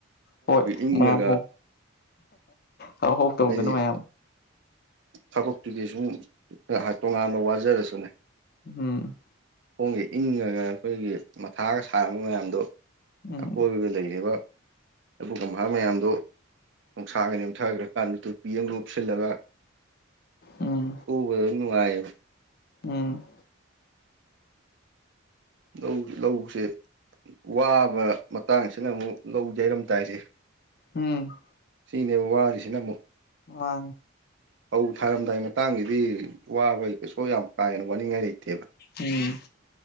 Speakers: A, on the left (about 45°); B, on the right (about 55°).
A: ꯍꯣꯏ
B: ꯏꯪꯉꯒ
A: ꯃꯌꯥꯝ ꯍꯧ ꯍꯧ ꯍꯧ ꯇꯧꯗꯅ
B: ꯍꯥꯏꯗꯤ
A: ꯃꯌꯥꯝ
B: ꯊꯕꯛꯇꯨꯗꯤ ꯁꯨꯝ ꯇꯣꯉꯥꯟꯅ ꯋꯥꯖꯔꯁꯨꯅꯦ
A: ꯎꯝ
B: ꯈꯣꯡꯒ ꯏꯪꯉꯒ ꯑꯩꯈꯣꯏꯒꯤ ꯃꯊꯥꯒ ꯁꯥꯔꯝꯕ ꯃꯌꯥꯝꯗꯣ
A: ꯎꯝ
B: ꯑꯀꯣꯏꯕꯗ ꯂꯩꯔꯤꯕ ꯑꯗꯨꯒꯚꯥ ꯃꯌꯥꯝꯗꯣ ꯅꯨꯡꯁꯥꯒ ꯅꯦꯝꯊꯈ꯭ꯔꯀꯥꯟꯗ ꯇꯨꯄꯤ ꯑꯃ ꯂꯨꯞꯁꯤꯜꯂꯒ
A: ꯎꯝ
B: ꯎꯕꯗꯣ ꯅꯨꯡꯉꯥꯏꯌꯦꯕ
A: ꯎꯝ
B: ꯂꯧ ꯂꯧꯁꯦ ꯋꯥꯕ ꯃꯇꯥꯡꯁꯤꯅ ꯑꯃꯨꯛ ꯂꯧ ꯌꯩꯔꯝꯗꯥꯏꯁꯦ
A: ꯎꯝ
B: ꯁꯤꯅꯦꯕ ꯋꯥꯔꯤꯁꯤꯅ ꯑꯃꯨꯛ
A: ꯃꯥ
B: ꯐꯧ ꯊꯥꯔꯝꯗꯥꯏ ꯃꯇꯥꯡꯁꯤꯗꯤ ꯋꯥꯕꯒꯤ ꯀꯩꯁꯨ ꯌꯥꯝ ꯀꯥ ꯍꯦꯟꯅ ꯋꯥꯅꯤꯡꯉꯥꯏ ꯂꯩꯇꯦꯕ
A: ꯎꯝ